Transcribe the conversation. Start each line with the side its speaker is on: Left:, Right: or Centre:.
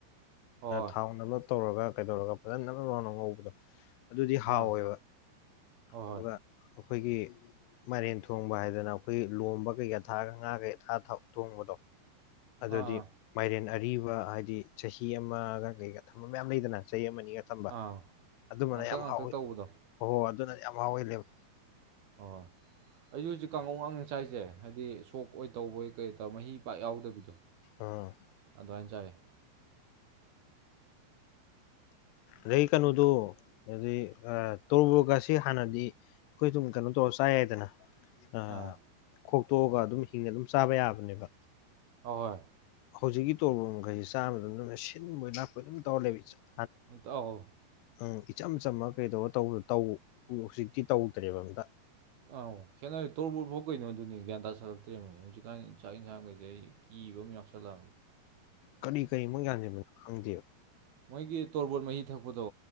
Right: ꯍꯣꯏ ꯍꯣꯏ
Left: ꯊꯥꯎꯅꯕ ꯇꯧꯔꯒ ꯀꯩꯗꯧꯔꯒ ꯐꯖꯅ ꯉ ꯉꯥꯎꯅ ꯉꯧꯕꯗꯣ ꯑꯗꯨꯗꯤ ꯍꯥꯎꯋꯦꯕ
Right: ꯑꯥ ꯍꯣꯏ
Left: ꯑꯗꯨꯒ
Right: ꯍꯣꯏ
Left: ꯑꯈꯣꯏꯒꯤ ꯃꯥꯏꯔꯦꯟ ꯊꯣꯡꯕ ꯍꯥꯏꯗꯅ ꯑꯩꯈꯣꯏ ꯂꯣꯝꯕ ꯀꯩꯀꯥ ꯊꯥꯒ ꯉꯥ ꯀꯩꯥ ꯊꯣꯡꯕꯗꯣ ꯑꯗꯨꯗꯤ
Right: ꯑꯥ ꯑꯥ
Left: ꯃꯥꯏꯔꯦꯟ ꯑꯔꯤꯕ ꯍꯥꯏꯗꯤ ꯆꯍꯤ ꯑꯃꯒ ꯀꯩꯒ ꯊꯝꯕ ꯃꯌꯥꯝ ꯂꯩꯗꯅ ꯆꯍꯤ ꯑꯃꯅꯤ ꯊꯝꯕ
Right: ꯑꯥ
Left: ꯑꯗꯨꯃꯅ
Right: ꯉꯥꯡꯇꯛ
Left: ꯌꯥꯝ
Right: ꯉꯥꯡꯇꯛ
Left: ꯍꯥꯎꯋꯤ
Right: ꯇꯧꯕꯗꯣ
Left: ꯍ ꯍꯣꯏ ꯑꯗꯨꯅ ꯌꯥꯝ ꯍꯥꯎ ꯍꯦꯂꯦꯕ
Right: ꯑꯣ ꯑꯩꯁꯨ ꯍꯧꯖꯤꯛ ꯀꯥꯡꯉꯧ ꯉꯥꯛꯉꯦ ꯆꯥꯏꯁꯦ ꯍꯥꯏꯗꯤ ꯁꯣꯛ ꯑꯣꯏ ꯇꯧꯕꯣꯏ ꯀꯩ ꯇꯧꯔ ꯃꯍꯤ ꯄꯥꯛ ꯌꯥꯎꯗꯕꯤꯗꯣ
Left: ꯑ
Right: ꯑꯗꯨꯋꯥꯏꯟ ꯆꯥꯌꯦ
Left: ꯂꯩ ꯀꯩꯅꯣꯗꯣ ꯑꯗꯩꯩ ꯇꯣꯔꯨꯕꯣꯠꯀ ꯁꯤ ꯍꯥꯟꯅꯗꯤ ꯑꯩꯈꯣꯏ ꯑꯗꯨꯝ ꯀꯩꯅꯣ ꯇꯧꯔ ꯆꯥꯏ ꯌꯥꯏꯗꯅ ꯑ
Right: ꯑꯥ
Left: ꯈꯣꯛꯇꯣꯛꯑꯒ ꯑꯗꯨꯝ ꯍꯤꯡꯅ ꯑꯗꯨꯝ ꯆꯥꯕ ꯌꯥꯕꯅꯦꯕ
Right: ꯑꯍꯣꯏ
Left: ꯍꯧꯖꯤꯛꯀꯤ ꯇꯣꯔꯕꯣꯝꯈꯩꯁꯤ ꯆꯥꯕꯗ ꯑꯗꯨꯝꯅ ꯁꯤꯟꯕꯣꯏ ꯂꯥꯛꯄ ꯑꯗꯨꯝ ꯇꯧꯔ ꯂꯩꯕ ꯏ
Right: <unintelligible>
Left: ꯎꯝ ꯏꯆꯝ ꯆꯝꯝꯕ ꯀꯩꯗꯧꯑ ꯇꯧ ꯇꯧ ꯇꯧ ꯍꯧꯖꯤꯛꯇꯤ ꯇꯧꯗ꯭ꯔꯦꯕ ꯍꯨꯏꯀꯥꯟ
Right: ꯑꯥꯎ ꯈꯦꯠꯅꯔꯦ ꯇꯣꯔꯕ ꯐꯥꯎ ꯀꯩꯅꯣ ꯑꯗꯨꯅꯤ ꯒ꯭ꯌꯥꯟ ꯇꯥ ꯁꯥꯂꯛꯇ꯭ꯔ‌ꯦꯃꯤ ꯍꯧꯖꯤꯛꯀꯥꯟꯒꯤ ꯆꯥꯛ ꯏꯟꯁꯥꯡꯈꯩꯁꯦ ꯑꯩ ꯀꯤ ꯏꯕ ꯌꯥꯎꯁꯜꯂꯛ ꯑꯝꯅꯤ
Left: ꯀꯔꯤ ꯀꯔꯤ ꯃꯣꯏ ꯌꯥꯟꯁꯤꯕꯟ ꯈꯪꯗꯦꯕ
Right: ꯑꯩꯒꯤ ꯇꯣꯔꯕꯣꯠ ꯃꯍꯤ ꯊꯛꯄꯗꯣ